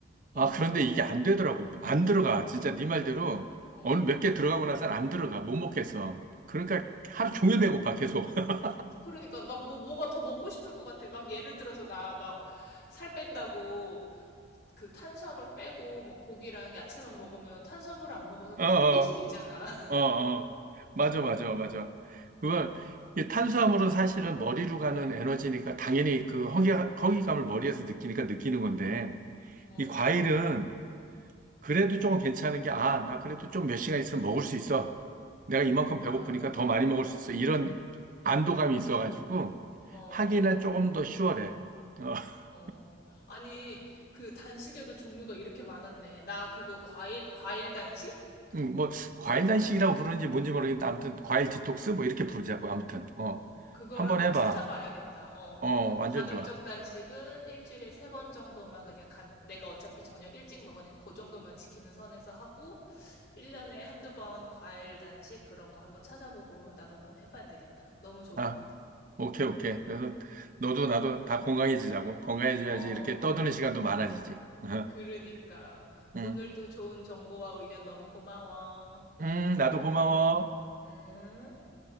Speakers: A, on the left; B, on the right.
A: 어,
B: 아,
A: 어,
B: 그런데 이게 안 되더라고. 안 들어가. 진짜 네 말대로
A: 어.
B: 어느 몇 개 들어가고 나서 안 들어가. 못 먹겠어. 그러니까 하루 종일 배고파, 계속. <laughs>
A: 그러니까 막 뭐, 뭐가 더 먹고 싶을 것 같아. 막 예를 들어서 나 막 살 뺀다고 그 탄수화물 빼고 뭐 고기랑 야채만 먹으면 탄수화물을 안 먹어서 그
B: 어, 어,
A: 허기짐 있잖아. <laughs>
B: 어, 어. 맞아, 맞아, 맞아. 그건 이 탄수화물은 사실은 머리로 가는 에너지니까 당연히 그 허기, 허기감을 머리에서 느끼니까 느끼는 건데
A: 어.
B: 이 과일은 그래도 조금 괜찮은 게 아, 나 그래도 좀 몇 시간 있으면 먹을 수 있어. 내가 이만큼 배고프니까
A: 아.
B: 더 많이 먹을 수 있어. 이런 안도감이 있어가지고
A: 어.
B: 하기는 조금 더 쉬워래. 어, <laughs>
A: 어. 아니, 그 단식에도 종류가 이렇게 많았네. 나 그거 과일 과일 단식?
B: 음, 뭐 과일 단식이라고 부르는지 뭔지 모르겠는데
A: 어.
B: 아무튼
A: 음.
B: 과일 디톡스 뭐 이렇게 부르자고 아무튼 어
A: 어. 그거를
B: 한번
A: 한번
B: 해봐.
A: 찾아봐야겠다. 어.
B: 어 완전
A: 간헐적
B: 좋아.
A: 단식은 일주일에 세 번 정도만 그냥 간, 내가 어차피 저녁 일찍 먹으니까 그 정도만 지키는 선에서 하고 1년에 한두 번 과일 단식 그런 거 한번 찾아보고 나도 한번 해봐야 되겠다. 너무 좋은
B: 아
A: 것 같아.
B: 오케이 오케이. 그래서 너도 나도 다 건강해지자고 건강해져야지
A: 어,
B: 이렇게
A: 그래.
B: 떠드는 시간도 많아지지. <laughs>
A: 그러니까.
B: 음
A: 오늘도 좋은 정보와 의견 너무 고마워.
B: 음, 나도 고마워.
A: 응?